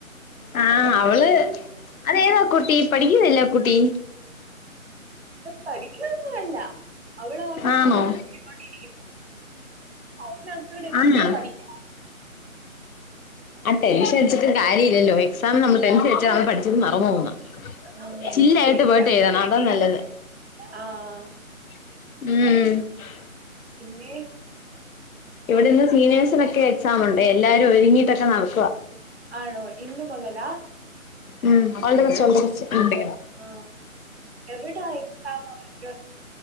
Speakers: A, on the left; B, on the right.
A: ആഹ് അവള് അതേതാ കുട്ടി പടി - ല്ല കുട്ടി.
B: പഠിക്കൊന്ന അല്ല അവളണ്ട്
A: ആണോ
B: ഫോൺ നോക്കിക്കൊണ്ടിരിക്കും. ഒക്കെ എന്തൊക്കെയോ
A: ആണോ
B: പഠിക്ക
A: ആ ടെൻഷ അടിച്ചി് കാര്യമല്ലോ എക്സാം നമ്മള് ടെൻഷ അടിച്ചാ നമ്മള് പഠിച്ചി മറ - ന്ന
B: ഉം
A: ചില്ലായിട്ട്
B: ശരിയാ
A: പോയിട്ട് എഴുതണം അതാ നല്ലത്.
B: ആഹ്
A: മ് -
B: ഏ
A: ഇവിടെന്ന് സീനിയേഴ്സിനൊക്കെ എക്സാം ഉണ്ട് എല്ലാരും ഒരുങ്ങിട്ടൊക്കെ നടക്കുവ
B: ആണോ ഇന്ന് മുതലാ
A: ഉം all the best all the best ഉണ്ട
B: ആഹ് എവിടാ എക്സാം അവർക്ക്